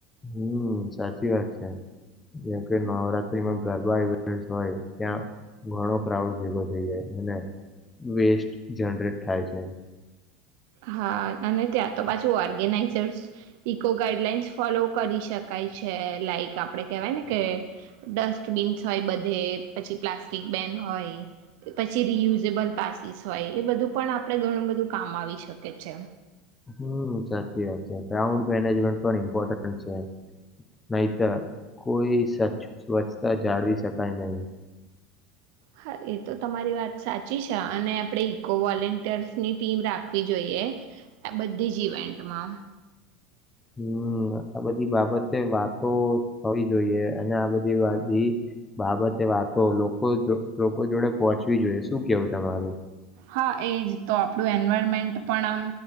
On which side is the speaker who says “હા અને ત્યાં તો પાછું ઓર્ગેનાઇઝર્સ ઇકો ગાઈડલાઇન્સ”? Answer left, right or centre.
Right